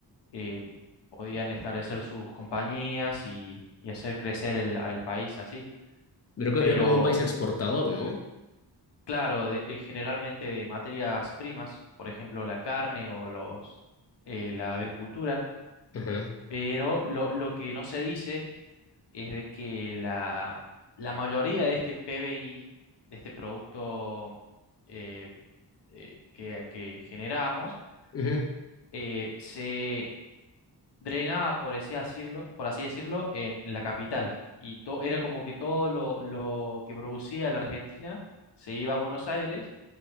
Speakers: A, on the left; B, on the left.
A: eh, podían establecer sus compañías y, y hacer crecer el, al país así.
B: Pero que
A: Pero
B: era como un país exportador, ¿no?
A: claro, de- de- generalmente de materias primas, por ejemplo, la carne o los, eh, la agricultura
B: Ajá.
A: Pero lo, lo que no se dice es de que la, la mayoría de este PBI, de este producto eh, eh, que, que generamos,
B: Ujú.
A: eh, se drenaba, por así decirlo, por así decirlo, en la capital. Y to- era como que todo lo, lo que producía la Argentina se iba a Buenos Aires